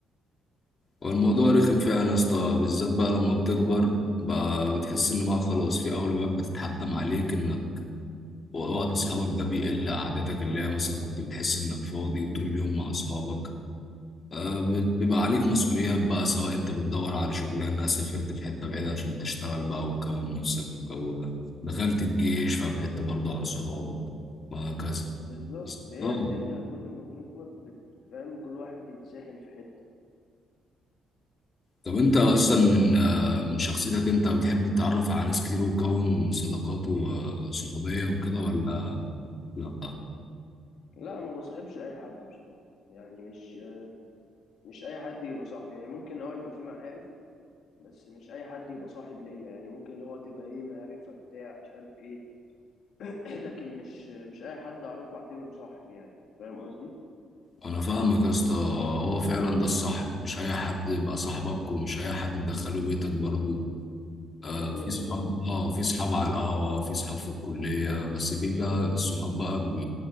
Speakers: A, on the left; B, on the left.
A: والموضوع رخم فعلا يا اسطى بالذات بقى لما بتكبر بقى بتحس ان بقى خلاص في اولويات بتتحتم عليك انك وقت اصحابك ده بيقل قعدتك اللي هي مثلا كنت بتحس انك فاضي وطول اليوم مع اصحابك آه، بيبقى عليك مسؤوليات بقى سواء انت بتدور على شغلانه سافرت في حته بعيده عشان تشتغل بقى وتكون نفسك والجو ده دخلت الجيش فبعدت برضه عن صحابك وهكذا
B: بالظبط هي
A: اه
B: الدنيا كل ما بنكبر بت- فاهم كل واحد بيتسحل في حتة
A: طب انت اصلا من آه، من شخصيتك انت بتحب تتعرف على ناس كتير وتكون صداقات وصحوبية وكده ولا لا
B: لا ما بصاحبش اي حد بصراحة يعني مش مش اي حد يبقى صاحبي يعني ممكن اه يبقى في معارف بس مش اي حد يبقى صاحب ليا يعني ممكن اللي هو تبقى ايه معرفة بتاع مش عارف ايه <clears throat> لكن مش مش اي حد اعرفه اعتبره صاحب يعني فاهم قصدي
A: انا فاهمك يا اسطى هو فعلا ده الصح مش اي حد يبقى صاحبك ومش اي حد تدخله بيتك برضو
B: لا
A: آه
B: ده كده
A: في صحاب
B: كده اه
A: اه في صحاب على القهوة في صحاب في الكلية بس بيجي الصحاب بقى